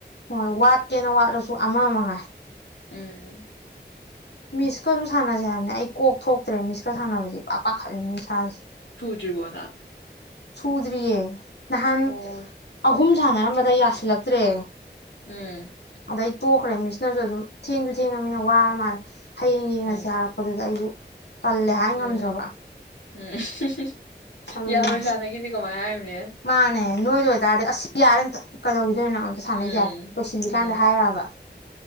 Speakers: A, on the left (about 70°); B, on the left (about 85°).
A: ꯍꯣꯏ ꯋꯥꯠꯀꯦꯅ ꯋꯥꯠꯂꯁꯨ ꯑꯃ ꯃꯉꯥꯏ
B: ꯎꯝ
A: ꯃꯤꯁꯀꯁꯨ ꯁꯥꯟꯅꯁꯦ ꯍꯥꯏꯕꯅꯦ ꯑꯩ ꯀꯣꯛ ꯊꯣꯛꯇ꯭ꯔꯦ ꯃꯤꯁꯀ ꯁꯥꯟꯅꯕꯁꯤ ꯄꯞ ꯄꯥꯈꯠꯂꯤꯅꯦ ꯏꯁꯥꯁꯦ
B: ꯇ꯭ꯔꯤꯔꯤꯕꯣꯅꯥ
A: ꯁꯨꯗꯔꯤꯌꯦ ꯅꯍꯥꯟ
B: ꯑꯣ
A: ꯑꯍꯨꯝ ꯁꯥꯟꯅꯔꯝꯕꯗ ꯌꯥꯁꯤꯜꯂꯛꯇ꯭ꯔꯦ
B: ꯎꯝ
A: ꯑꯗꯩ ꯇꯣꯛꯈ꯭ꯔꯦ ꯃꯤꯁꯅꯁꯨ ꯑꯗꯨꯝ ꯊꯦꯡꯁꯨ ꯊꯦꯡꯉꯃꯤꯅ ꯋꯥꯔ ꯃꯥꯜꯂꯦ ꯍꯌꯦꯡ ꯌꯦꯡꯉꯁꯦ
B: ꯎꯝ
A: ꯍꯥꯏꯔꯛꯄꯗꯨꯗ ꯑꯩꯁꯨ ꯇꯜꯂꯦ ꯍꯥꯏ ꯉꯝꯗ꯭ꯔꯕ
B: ꯎꯝ ꯎꯝ
A: ꯑꯗꯨꯅꯦ
B: ꯌꯥꯔꯣꯏꯖꯥꯠꯅꯒꯤꯗꯤ ꯀꯃꯥꯏꯅ ꯍꯥꯏꯅꯅꯦ
A: ꯃꯥꯅꯦ ꯅꯣꯏꯗ ꯑꯣꯏꯕꯇꯥꯔꯗꯤ ꯑꯁꯤ ꯌꯥꯔꯦꯅ ꯀꯗꯧ ꯑꯗꯨ ꯅꯪ ꯑꯝꯇ ꯁꯥꯟꯅꯩꯁꯏ
B: ꯎꯝ
A: ꯂꯣꯏꯁꯤꯟꯜꯂꯤꯀꯥꯟꯗ
B: ꯎꯝ
A: ꯍꯥꯏꯛꯑꯕ